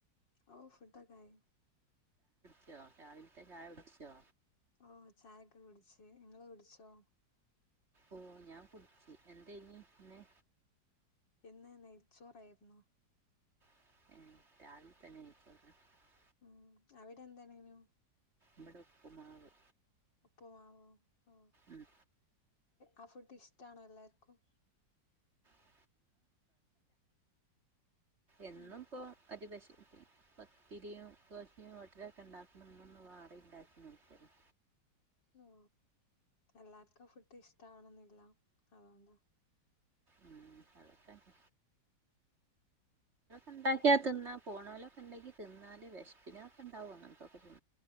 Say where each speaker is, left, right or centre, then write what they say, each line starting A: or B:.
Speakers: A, on the left; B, on the right.
A: അവു ഫുഡൊക്കെ ആയി
B: ച്ചൊ രാവില്ത്തെ ചായ കുടിച്ചോ?
A: ഓ ചായൊക്ക കുടിച്ച് ഇങ്ങള് കുടിച്ചോ?
B: ഓ ഞാൻ കുടിച്ച് എന്തെയ്നി ഇന്ന്
A: ഇന്ന് നെയ്ച്ചോറായിരുന്നു.
B: <inaudible>
A: ഉം. അവിടെ എന്താണെഞ്ഞൂ.
B: ഇവിടെ ഉപ്പുമാവ്
A: ഉപ്പ്മാവോ. ഓ.
B: ഉം
A: ആ ഫുഡ് ഇഷ്ടാണോ എല്ലാർക്കും.
B: <inaudible> എന്നും
A: ഉം
B: പോ അടിപശ പത്തിരിയും ദോശയും ഓട്ടടക്കെ ഉണ്ടാക്കുന്നതാ. ഇന്നൊന്ന് വേറെ ഉണ്ടാക്കിനോക്കിയതാ.
A: ആ എല്ലാർക്കും ഫുഡ് ഇഷ്ടാവണെന്നില്ല അതോണ്ട
B: ഉം അതൊക്കെ ഉണ്ടാക്കിയാ തിന്നാ. പോണവലൊക്കെ ഉണ്ടാക്കി തിന്നാല് വൃഷ്പിനൊ ഒക്കെ ഇണ്ടാവുംങ്ങനുക്കൊ തിന്ന